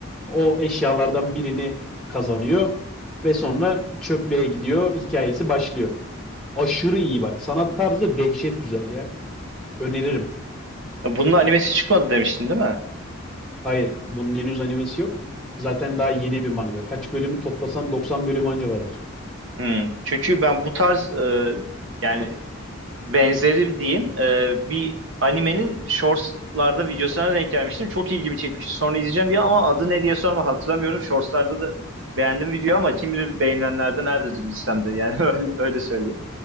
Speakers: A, in the centre; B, on the right (about 60°).
A: o eşyalardan birini kazanıyor ve sonra çöplüğe gidiyor. Hikayesi başlıyor. Aşırı iyi bak. Sanat tarzı dehşet güzel ya. Öneririm.
B: Bunun animesi çıkmadı demiştin değil mi?
A: Hayır, bunun henüz animesi yok. Zaten daha yeni bir manga. Kaç bölümü toplasan 90 bölüm anca vardır.
B: Hmm. Çünkü ben bu tarz e, yani benzeri diyeyim e, bir animenin shortslarda videosuna denk gelmiştim. Çok ilgimi çekmişti. Sonra izleyeceğim diye ama adı ne diye sorma hatırlamıyorum. Shortslarda da beğendim video ama kim bilir beğenilenlerde nerededir listemde yani <laughs> öyle, öyle söyleyeyim.